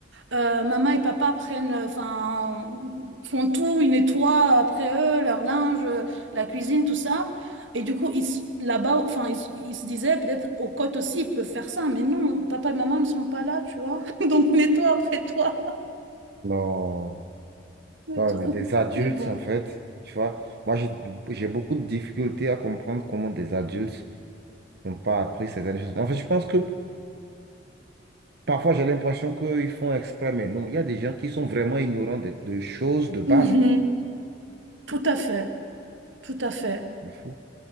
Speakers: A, on the right; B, on the right.
A: euh, maman et papa prennent, euh, enfin, font tout, ils nettoient après eux, leur linge, euh, la cuisine, tout ça. Et du coup, ils, s- là-bas, enfin, ils, s- ils se disaient peut-être aux côtes aussi, ils peuvent faire ça. Mais non, papa et maman ne sont pas là, tu vois. <laughs> Donc, nettoie après toi.
B: Non.
A: <laughs> Nettoie.
B: Non, mais des adultes,
A: Mais bon.
B: en fait, tu vois, moi, j'ai j'ai beaucoup de difficultés à comprendre comment des adultes n'ont pas appris certaines choses. En fait, je pense que parfois, j'ai l'impression qu'ils font exprès, mais non, il y a des gens qui sont vraiment ignorants de, de choses de base,
A: Mhm.
B: quoi.
A: Tout à fait. Tout à fait.
B: C'est fou.